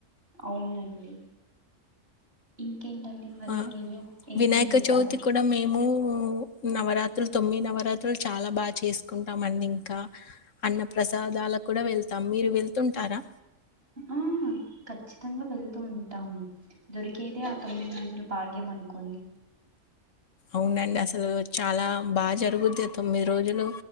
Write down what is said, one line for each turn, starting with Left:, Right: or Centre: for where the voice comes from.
Right: అవునండి ఇం కేంటండి మరి
Left: ఆ!
Right: ఈరోజు ఏమేం
Left: వినాయక
Right: చేశారు?
Left: చవితి కూడా మేము నవరాత్రులు తొమ్మిది నవరాత్రులు చాలా బా చేసుకుంటామండి ఇంకా అన్న ప్రసాదాలకు కూడా వెళ్తాం మీరు వెళ్తుంటారా
Right: ఆ ఖచ్చితంగా వెళ్తూ ఉంటాము దొరికేదే ఆ తొమ్మిది రోజులు భాగ్యం అనుకోని
Left: అవునండి అసలు చాలా బా జరుగుద్ది తొమ్మిది రోజులు